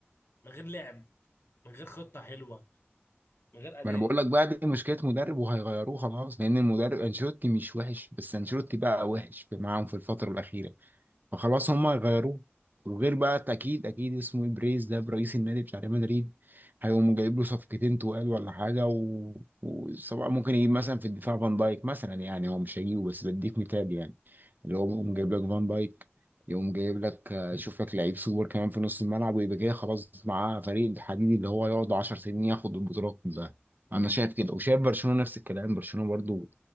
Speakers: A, on the left; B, on the right.
A: من غير لعب من غير خطة حلوة من غير أداء
B: ما انا بقول لك بقى دي مشكله مدرب وهيغيروه خلاص لان المدرب انشيلوتي مش وحش بس انشيلوتي بقى وحش في معاهم في الفتره الاخيره فخلاص هما غيروه وغير بقى اكيد اكيد اسمه ايه بريز ده برئيس النادي بتاع ريال مدريد هيقوم جايب له صفقتين تقال ولا حاجه و... وسواء ممكن يجيب مثلا في الدفاع فان دايك مثلا يعني هو مش هيجيبه بس بديك مثال يعني اللي هو يقوم جايب لك فان دايك يقوم جايب لك آه، يشوف لك لعيب سوبر كمان في نص الملعب ويبقى كده خلاص معاه فريق الحديد اللي هو يقعد 10 سنين ياخد البطولات كلها انا شايف كده وشايف برشلونه نفس الكلام برشلونه برضو